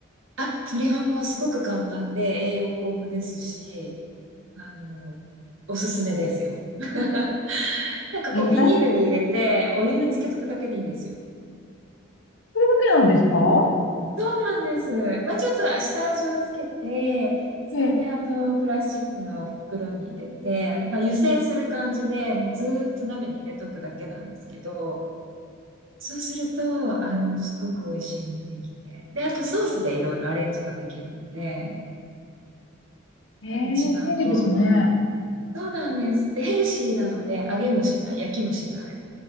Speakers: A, on the right (about 70°); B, on the left (about 65°).
A: あ、鶏ハムはすごく簡単で栄養豊富ですし、あの、おすすめですよ。<laughs> なんかこう、
B: えー、
A: ビニールに入れて、
B: だい、
A: お湯につけとくだけでいいんですよ。
B: うん、それだけなんですか
A: そうなんです。まあ、ちょっと下味をつけて、それであの、
B: ええ、
A: プラスチックの袋に入れて、まあ、湯煎する感じで、もうずーっと鍋に入れとくだけなんですけど、そうすると、あの、すごく美味しいのができて。で、あとソースでいろいろアレンジができるので、
B: えー便利ですね。
A: 一番こう、そうなんです。で、ヘルシーなので、揚げもしない、焼きもしない。